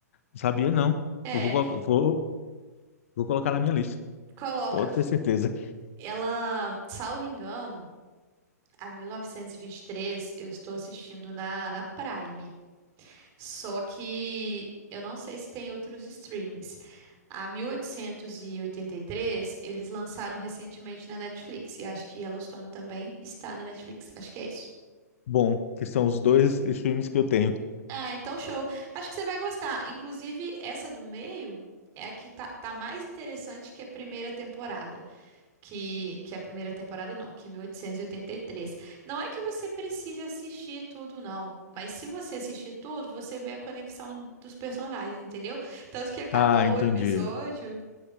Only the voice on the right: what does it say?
é,
coloca,
ela, salvo engano, a 1923 eu estou assistindo na, na Prime. Só que eu não sei se tem outros streamings. A 1883, eles lançaram recentemente na Netflix. E acho que Yellowstone também está na Netflix. Acho que é isso.
Ah, então show. Acho que você vai gostar. Inclusive, essa do meio é a que tá, tá mais interessante que a primeira temporada. que, que a primeira temporada, não, que 1883. Não é que você precise assistir tudo, não. Mas se você assistir tudo, você vê a conexão dos personagens, entendeu? Tanto que acabou
o episódio